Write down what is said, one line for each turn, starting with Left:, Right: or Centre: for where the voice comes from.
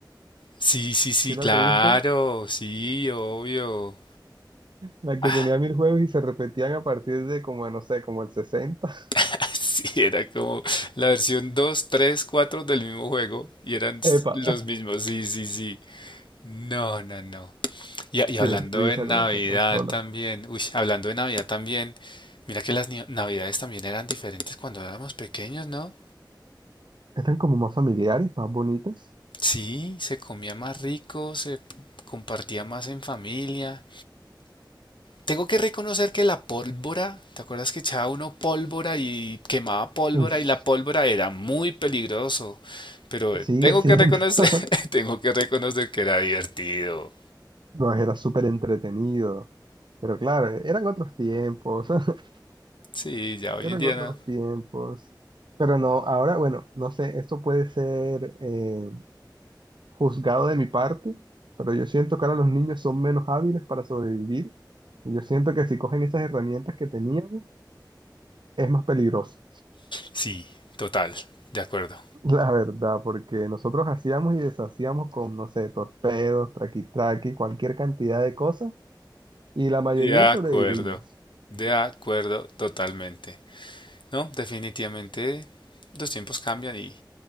Left: Sí, sí, sí,
Right: ¿Sí la
Left: claro,
Right: tuviste?
Left: sí, obvio.
Right: La que
Left: Ah,
Right: tenía mil juegos y se repetían a partir de como, no sé, como el 60. <laughs>
Left: <laughs> sí, era como la versión 2, 3, 4 del mismo juego y eran s-
Right: Epa,
Left: los mismos, sí, sí, sí. No, no, no.
Right: <laughs>
Left: Y, a- y
Right: qué
Left: hablando
Right: risa
Left: de Navidad
Right: con esa consola.
Left: también, uy, hablando de Navidad también, mira que las ni- Navidades también eran diferentes cuando éramos pequeños, ¿no?
Right: Eran como más familiares, más bonitas.
Left: Sí, se comía más rico, se p- compartía más en familia. Tengo que reconocer que la pólvora, ¿te acuerdas que echaba uno pólvora y quemaba pólvora
Right: Uy,
Left: y la pólvora era muy peligroso? Pero eh,
Right: sigue
Left: tengo
Right: siendo.
Left: que reconocer,
Right: <laughs>
Left: <laughs> tengo que reconocer que era divertido.
Right: No, era súper entretenido. Pero claro, eran otros tiempos. <laughs>
Left: Sí, ya hoy
Right: Eran
Left: en día
Right: otros
Left: no.
Right: tiempos. Pero no, ahora, bueno, no sé, esto puede ser eh, juzgado de mi parte, pero yo siento que ahora los niños son menos hábiles para sobrevivir. Y yo siento que si cogen esas herramientas que teníamos, es más peligroso.
Left: Sí, total, de acuerdo.
Right: La verdad, porque nosotros hacíamos y deshacíamos con, no sé, torpedos, traqui-traqui, cualquier cantidad de cosas, y la mayoría
Left: De acuerdo,
Right: sobrevivimos.
Left: de acuerdo totalmente. No, definitivamente los tiempos cambian y